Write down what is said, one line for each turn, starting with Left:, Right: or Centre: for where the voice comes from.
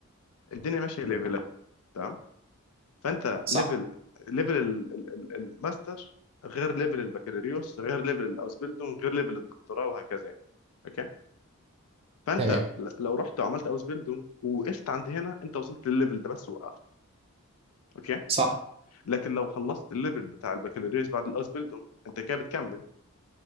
Left: الدنيا ماشيه ليفلات تمام فانت
Right: صح
Left: ليفل ليفل ال- ال- ال- الماستر غير ليفل البكالوريوس غير ليفل الاوسبيلدون غير ليفل الدكتوراه وهكذا يعني اوكي فانت
Right: تمام
Left: ل- لو رحت وعملت اوسبيلدون ووقفت عند هنا انت وصلت للليفل ده بس وقفت اوكي
Right: صح
Left: لكن لو خلصت الليفل بتاع البكالوريوس بعد الاوسبيلدونج انت كده بتكمل